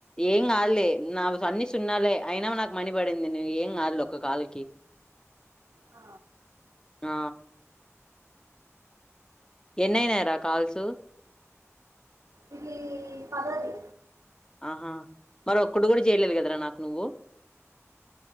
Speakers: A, on the left; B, on the right.
A: ఏం కాదులే నాకు అన్ని సున్నాలే అయినా మ నాకు మని పడింది నువ్వు ఏం ఆలోక్క కాల్కి
B: ఆ,
A: ఆ ఎన్నయినయిర కాల్సు
B: ఇదీ పదోది
A: ఆహా మరి ఒక్కటీ కూడా చేయలేదు కదరా నాకు నువ్వు